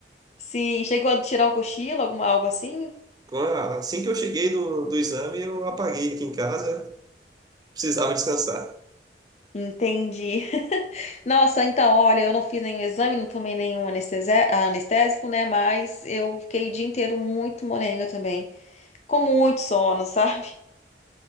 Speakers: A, on the left; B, on the right.
A: Sim, chegou a tirar um cochilo, alguma algo assim?
B: Com a- Assim que eu cheguei do, do exame, eu apaguei aqui em casa, precisava descansar.
A: Entendi. <laughs> Nossa, então, olha, eu não fiz nenhum exame, não tomei nenhum anestesé- anestésico, né? Mas eu fiquei o dia inteiro muito molenga também, com muito sono, <laughs> sabe?